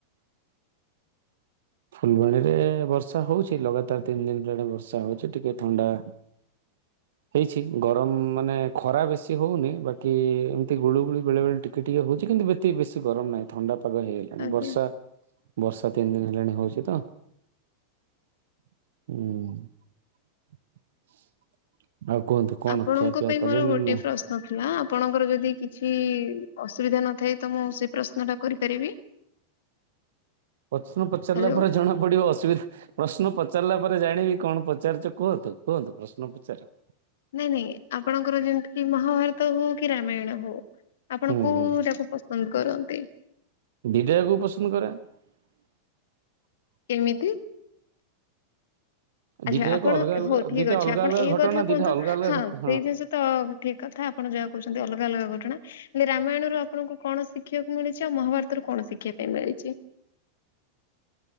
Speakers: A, on the left; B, on the right.
A: <inaudible>
B: ଫୁଲବାଣୀ ରେ ବର୍ଷା ହଉଛି, ଲଗାତାର ତିନି ଦିନ ହେଲାଣି ବର୍ଷା ହଉଛି ଟିକେ ଥଣ୍ଡା।
A: <inaudible>
B: ହେଇଛି ଗରମ ମାନେ, ଖରା ବେଶୀ ହଉନି, ବାକି ଏମିତି ଗୁଳୁ ଗୁଳିୁ ବେଳେ ବେଳେ, ଟିକେ ଟିକେ ହଉଛି। କିନ୍ତୁ ଏତେ ବେଶୀ ଗରମ ନାଇଁ ଥଣ୍ଡା ପାଗ ହେଇଗଲାଣି
A: ଆଜ୍ଞା।
B: ବର୍ଷା, ବର୍ଷା ତିନି ଦିନ ହେଲାଣି ହଉଛି ତ <inaudible> ହୁଁ। <inaudible> କଣ
A: ଆପଣଙ୍କ
B: ଖିଆପିଆ
A: ପାଇଁ
B: କଲେଣି
A: ମୋର ଗୋଟେ
B: ନା
A: ପ୍ରଶ୍ନ ଥିଲା, ଆପଣଙ୍କର ଯଦି କିଛି ଅସୁବିଧା ନ ଥାଏ ତ ମୁଁ ସେ ପ୍ରଶ୍ନ ଟା କରିପାରିବି?
B: ପ୍ରଶ୍ନ ପଚାରିଲା
A: ହ୍ୟାଲୋ
B: ପରେ ଜଣା ପଡିବ, ଅସୁବିଧା ପ୍ରଶ୍ନ ପଚାରିଲା ପରେ ଜାଣିବି, କଣ ପଚାରୁଛ କୁହନ୍ତୁ କୁହନ୍ତୁ ପ୍ରଶ୍ନ ପଚାର?
A: ନାଇଁ ନାଇଁ ଆପଣଙ୍କର ଯେମିତିକି, ମହାଭାରତ ହଉ କି ରାମାୟଣ ହଉ। ଆପଣ
B: ହୁଁ
A: କୋଉଟାକୁ
B: ହୁଁ
A: ପସନ୍ଦ କରନ୍ତି?
B: ଦିଟାକୁ ପସନ୍ଦ କରେ। <inaudible>
A: କେମିତି? ଆଚ୍ଛା
B: ଦିଟାଯାକ
A: ଆପଣ
B: ଅଲଗା ଅଲଗା
A: ହଉ ଠିକ
B: ଦିଟା
A: ଅଛି,
B: ଅଲଗା
A: ଆପଣ
B: ଅଲଗା
A: ଏଇ
B: ଘଟଣା
A: କଥା କୁହନ୍ତୁ,
B: ଦିଟା ଅଲଗା ଅଲଗା
A: ହଁ
B: ଘଟଣା
A: ସେଇ ଜିନିଷ ତ ଠୀକ୍ କଥା। ଆପଣ ଯାହା କହୁଛନ୍ତି ଅଲଗା ଅଲଗା ଘଟଣା। ହେଲେ ରାମାୟଣରୁ ଆପଣଙ୍କୁ, କଣ ଶିଖିବାକୁ ମିଳିଛି ଆଉ ମହାଭାରତରୁ, କଣ ଶିଖିବା ପାଇଁ ମିଳିଛି? <inaudible>